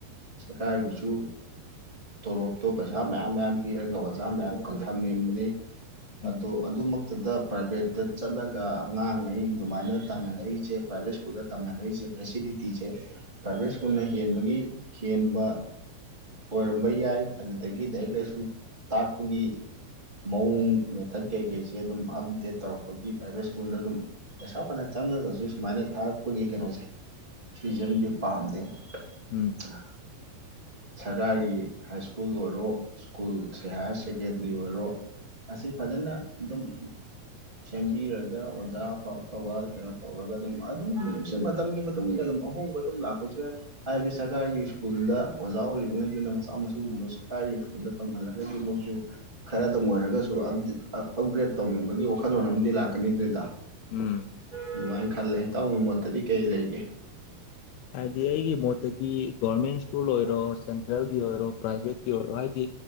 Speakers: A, on the right; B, on the left.
A: ꯁꯀꯥꯏꯒꯤꯁꯨ ꯇꯣꯂꯣꯞꯇꯣ ꯄꯩꯁꯥ ꯃꯌꯥꯝ ꯃꯌꯥꯝ ꯄꯤꯔꯒ ꯑꯣꯖꯥ ꯃꯌꯥꯝ ꯀꯟꯊꯝꯃꯤꯕꯅꯤ
B: ꯎꯝ
A: ꯑꯣ ꯑꯗꯨꯃꯛꯇꯗ ꯄ꯭ꯔꯥꯏꯚꯦꯠꯇ ꯆꯠꯂꯒ ꯑꯉꯥꯡꯩ ꯑꯗꯨꯃꯥꯏꯅ ꯇꯝꯍꯜꯂꯛꯏꯁꯦ ꯄ꯭ꯔꯥꯏꯚꯦꯠ ꯁ꯭ꯀꯨꯜꯗ ꯇꯝꯍꯜꯂꯛꯏꯁꯦ ꯐꯦꯁꯤꯂꯤꯇꯤꯖꯦ ꯄ꯭ꯔꯥꯏꯚꯦꯠ ꯁ꯭ꯀꯨꯜꯅ ꯍꯦꯟꯕꯒꯤ ꯍꯦꯟꯕ ꯑꯣꯏꯔꯝꯕ ꯌꯥꯏ ꯑꯗꯨꯗꯒꯤ ꯂꯥꯏꯔꯤꯛ ꯂꯥꯏꯁꯨ ꯇꯥꯛꯄꯒꯤ ꯃꯑꯣꯡ ꯃꯦꯊꯠ ꯀꯩꯀꯩꯁꯦ ꯑꯗꯨꯝ ꯑꯞꯗꯦꯠ ꯇꯧꯔꯛꯄꯒꯤ ꯄ꯭ꯔꯥꯏꯚꯦꯠ ꯁ꯭ꯀꯨꯜꯗ ꯑꯗꯨꯝ ꯄꯩꯁꯥ ꯐꯅꯥ ꯆꯪꯉꯒꯁꯨ ꯁꯨꯃꯥꯏꯅ ꯊꯥꯔꯛꯄꯒꯤ ꯀꯩꯅꯣꯁꯦ ꯔꯤꯖꯟꯗꯤ ꯄꯥꯝꯗꯦ
B: ꯎꯝ ꯎꯝ
A: <inaudible> ꯁꯔꯀꯥꯔꯒꯤ ꯍꯥꯏ ꯁ꯭ꯀꯨꯜ ꯑꯣꯏꯔꯣ ꯁ꯭ꯀꯨꯜꯁꯦ ꯍꯥꯏꯌꯔ ꯁꯦꯀꯦꯟꯗ꯭ꯔꯤ ꯑꯣꯏꯔꯣ ꯑꯁꯤ ꯐꯖꯟꯅ ꯑꯗꯨꯝ ꯁꯦꯝꯕꯤꯔꯒ ꯑꯣꯖꯥ ꯑꯐ ꯑꯐꯕ ꯀꯩꯅꯣ ꯇꯧꯔꯒ ꯑꯗꯨꯝ ꯑꯗꯨꯝꯁꯦ ꯃꯇꯝꯒꯤ ꯃꯇꯨꯡ ꯏꯟꯅ ꯑꯗꯨꯝ ꯑꯍꯣꯡꯕ ꯑꯗꯨꯝ ꯂꯥꯛꯄꯁꯨ ꯌꯥꯏ ꯍꯥꯏꯕꯗꯤ ꯁꯔꯀꯥꯔꯒꯤ ꯁ꯭ꯀꯨꯜꯗ ꯑꯣꯖꯥ ꯑꯣꯏꯔꯤꯕꯉꯩꯗꯨꯅ ꯃꯆꯥ ꯃꯁꯨꯁꯤꯡꯗꯣ ꯁꯔꯀꯥꯔꯒꯤ ꯁ꯭ꯀꯨꯜꯗ ꯇꯝꯍꯜꯂꯒꯗꯤ ꯃꯣꯏꯁꯨ ꯈꯔꯗꯪ ꯑꯣꯏꯔꯒꯁꯨ ꯑꯞꯒ꯭ꯔꯦꯗ ꯇꯧꯅꯤꯡꯕꯒꯤ ꯋꯥꯈꯜꯂꯣꯟ ꯑꯃꯗꯤ ꯂꯥꯛꯀꯅꯤꯗ꯭ꯔꯤꯗ
B: ꯎꯝ
A: ꯑꯗꯨꯃꯥꯏꯅ ꯈꯜꯂꯦ ꯏꯇꯥꯎꯒꯤ ꯃꯣꯠꯇꯗꯤ ꯀꯩ ꯂꯩꯒꯦ
B: ꯍꯥꯏꯗꯤ ꯑꯩꯒꯤ ꯃꯣꯠꯇꯗꯤ ꯒꯣꯔꯃꯦꯟ ꯁ꯭ꯀꯨꯜ ꯑꯣꯏꯔꯣ ꯁꯦꯟꯇ꯭ꯔꯦꯜꯒꯤ ꯑꯣꯏꯔꯣ ꯄ꯭ꯔꯥꯏꯚꯦꯠꯀꯤ ꯑꯣꯏꯔꯣ ꯍꯥꯏꯗꯤ